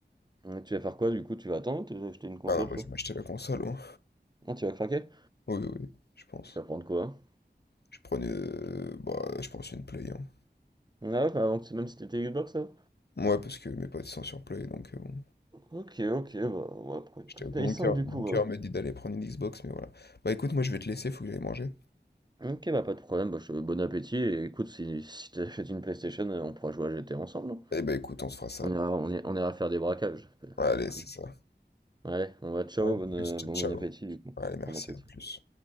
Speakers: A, on the right; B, on the left.
A: Ouais, tu vas faire quoi du coup? Tu vas attendre ou tu vas acheter une console
B: Ah non, moi
A: toi?
B: je m'achetais la console, hein.
A: Ah, tu vas craquer?
B: Oui, oui, oui, je pense.
A: Tu vas prendre quoi? hein
B: Je prenais, euh, bah, je pense une Play, hein.
A: Ah ouais, bah, avant que- c'est- même si t'étais Xbox ça?
B: Ouais, parce que mes potes sont sur Play, donc euh, bon.
A: Ok, ok, bah ouais, pour une
B: J'étais
A: PS5
B: avec mon cœur.
A: du coup.
B: Mon
A: bah.
B: cœur m'a dit d'aller prendre une Xbox, mais voilà. Bah écoute, moi je vais te laisser, faut que j'aille manger.
A: Ok, bah pas de problème, bah, je te- bon appétit et écoute, si, si t'achètes une PlayStation, euh, on pourra jouer à GT ensemble. non
B: Eh bah écoute, on se fera ça.
A: On ira, on ira, on ira faire des braquages, ça va
B: Allez,
A: être cool.
B: c'est ça.
A: Allez, on va, ciao,
B: Ouais,
A: bonne-
B: plus,
A: euh,
B: ciao,
A: bon,
B: ciao.
A: bon appétit du coup.
B: Allez, merci,
A: Bon appétit.
B: à plus.